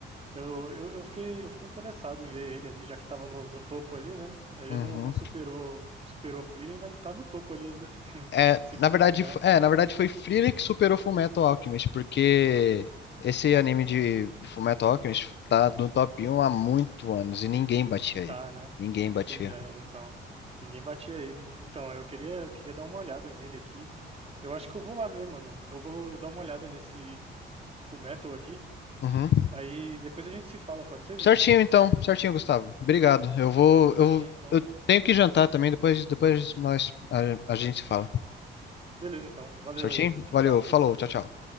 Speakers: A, on the right; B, on the left.
A: Eu, eu, eu fiquei, eu fiquei interessado em ver ele ali, já que tava no, no topo ali, né? Ele
B: Uhum.
A: não, não superou, não superou Frieren, mas tá no topo ali ainda assim, <laughs>
B: É,
A: segundo
B: na verdade,
A: lugar.
B: f- é, na verdade foi Frieren que superou Fullmetal Alchemist, porque esse anime de Fullmetal Alchemist tá no top um há muito anos e ninguém batia
A: Tá,
B: ele.
A: né?
B: Ninguém batia.
A: Pois é, então. Ninguém batia ele. Então, eu queria, queria dar uma olhada nele aqui. Eu acho que eu vou lá ver, mano. Eu vou dar uma olhada nesse Fullmetal aqui.
B: Uhum.
A: Aí depois a gente se fala, pode ser, Vinícius?
B: Certinho então, certinho, Gustavo. Obrigado. Eu vou, eu,
A: Ok, então.
B: eu tenho que jantar também, depois, depois nós a, a gente se fala.
A: Beleza, então. Valeu
B: Certinho?
A: aí. Tchau,
B: Valeu,
A: tchau.
B: falou, tchau, tchau.